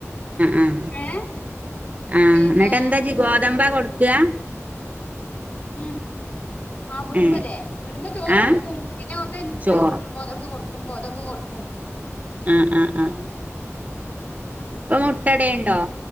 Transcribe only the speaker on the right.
ആ ആഹ
എന്നിട്ട്
എന്താ ഗോതമ്പ കൊടുക്കാ
ഏ
ആ
ചോറ്
ആഹ ആഹ ആഹ ഇപ്പൊ
മുട്ട ടെയുണ്ടോ